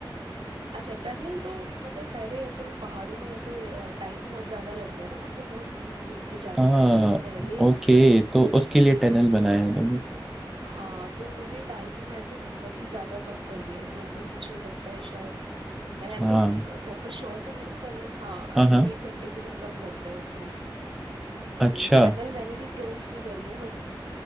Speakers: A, on the right (about 80°); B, in the centre.
A: अच्छा टनल तो मतलब पहले ऐसे वो पहाड़ों में ऐसे टाइम बहुत ज्यादा लगता है ना आपको बहुत घूम घूम के जाना
B: हाँ
A: पड़ता है तो पहले
B: ओके तो उसके लिए
A: एक
B: टनल बनाया है उन्होंने
A: हाँ तो उन्होंने टाइम ऐसे बहुत ही ज्यादा कम कर दिया है, तो अभी मुझे लगता है शायद मैं ऐसे
B: हाँ
A: प्रॉपर श्योर नहीं हूँ पर हाँ
B: हाँ
A: अभी
B: हाँ
A: एक घंटे से भी कम लगता है उसमें तो
B: अच्छा
A: टनल मैंने भी क्रॉस नहीं करी है बट